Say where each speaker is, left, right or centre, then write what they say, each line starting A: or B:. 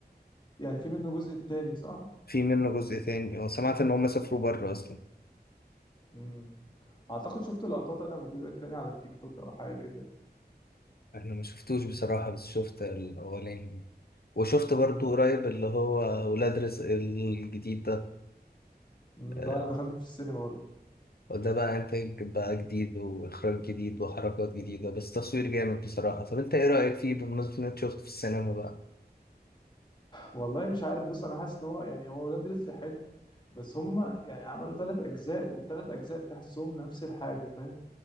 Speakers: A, on the left (about 25°); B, on the left (about 65°).
A: يعني في منه جزء تاني صح
B: في منه جزء تاني وسمعت ان هما سافروا بره اصلا
A: مم. اعتقد شفت لقطات انا من الجزء التاني على التيك توك او حاجه كده
B: انا ما شفتوش بصراحة بس شفت الاولاني وشفت برضو
A: مم.
B: قريب اللي هو ولاد رزق الجديد ده
A: مم.
B: آه،
A: ده انا دخلته في السينما برضه
B: وده بقى انتاج بقى جديد واخراج جديد وحركات جديده بس تصوير جامد بصراحه طب انت ايه رايك فيه بمناسبه ان انت شفته في السينما بقى
A: والله مش عارف بص انا حاسس ان هو يعني هو ولاد رزق حلو بس هم يعني عملوا ثلاث اجزاء والثلاث اجزاء تحسهم نفس الحاجه فاهم